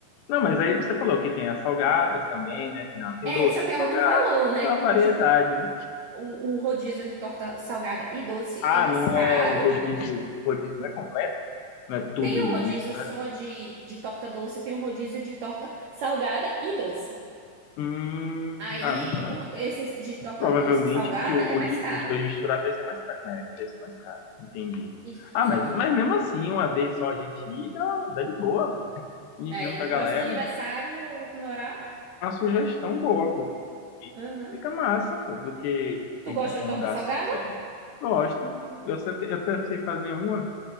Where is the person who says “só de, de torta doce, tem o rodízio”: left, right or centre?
Right